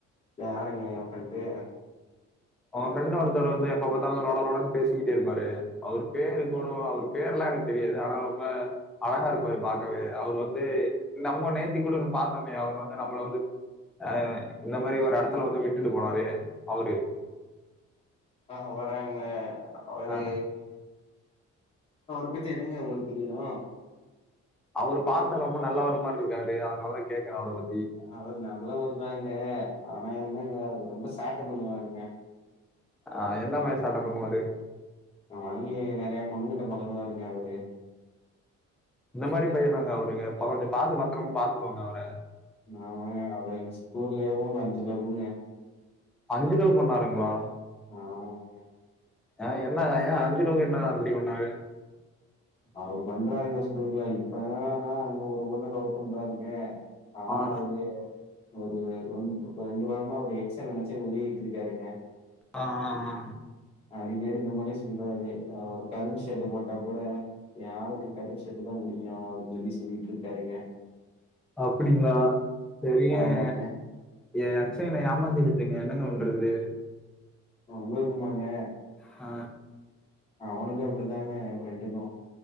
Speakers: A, on the left; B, in the centre.
A: யாருங்க எ ஃப்ரெண்டு
B: ஒங்க ஃப்ரெண்டு ஒருத்தர் வந்து எப்ப பாத்தாலு லொடலொடன் பேசிட்டே இருப்பாரு அவ்ரு பேரு கூட அவ்ரு பேர்ல்லா எனக்கு தெரியாது ஆனா ம்ப அழகாருப்பாரு பாக்கவே அவ்ரு வந்து நம்ம நேத்தி கூட பாத்தம்மே அவரு வந்து நம்ள வந்து ஆ இந்த மாரி ஒரு எடத்துல வந்து விட்டுட்டு போனாரு அவுரு
A: அவராங்க அவரு
B: ஆஹ்
A: அவர பத்தி என்னங்க ஒங்களுக்கு தெரியனு
B: அவரு பாத்தா ரொம்ப நல்லவரு மார்ருக்காரு அதனால தா கேக்குறே அவர பத்தி
A: அவரு நல்லவருதாங்க ஆனா என்னங்க அவரு ரொம்ப சேட்ட பண்ணுவாருங்க
B: ஆ என்னு மாரி சேட்ட பண்ணுவாரு
A: ஆமாங்கி நறைய பொண்ணுங்கிட்ட பழகுவாருங்க அவரு
B: இந்த மாரி பையனாங்க அவருங்க ப்ப கொஞ்சோ பாத்து பத்ரமா பாத்துக்கோங்க அவர
A: ஆமாங்க அவரு எங் ஸ்கூலயு அஞ்சு லவ்வுங்க
B: அஞ்சு லவ் பண்ணாருங்ளா
A: ஆமாங்க
B: ஆ என்னங்க ஏ அஞ்சு லவ்வு என்ன அப்டி பண்ணாக
A: அவுரு பண்றாருங்க ஸ்கூல்ல இப்ப என்னனா இன்னு ஒரு பொண்ண லவ் பண்றாருங்க ஆனா
B: ஆஹ்
A: அவுரு ஒரு ஒன் ரெண்டு வாரமா அவுரு எக்ஸ நெனச்சு உறிகிட்ருக்காருங்க
B: ஆ ஆ ஆ
A: அடிக்கடி இந்த மாரி சொல்லுவாரு நா ஒரு கருப்பு ஷர்ட்டு போட்டா கூட எ ஆளுக்கு கருப்பு ஷர்ட்டு தா புடிக்கு அப்டின் சொல்லி சொல்லிட்ருக்காருங்க
B: அப்டிங்களா செரிங்கங்க
A: ஆமாங்க
B: எ அக்சய் என்ன ஏமாத்திட்டிட்டுங்க என்னங்க பண்றது
A: ஆ ஒங்களுக்குமாங்க
B: ஆ
A: அவனுக்கு அப்டிதாங்க எ ஃப்ரெண்டுக்கு